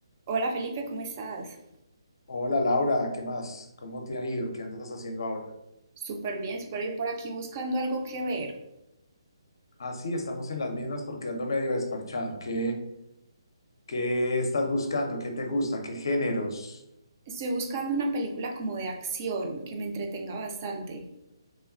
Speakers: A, on the right; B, on the left.
A: Hola Felipe, ¿cómo estás?
B: Hola Laura, ¿qué más? ¿Cómo te ha ido? ¿Qué andas haciendo ahora?
A: Súper bien, súper bien por aquí buscando algo que ver.
B: Ah, sí, estamos en las mismas porque ando medio desparchado. ¿Qué, qué estás buscando? ¿Qué te gusta? ¿Qué géneros?
A: Estoy buscando una película como de acción que me entretenga bastante.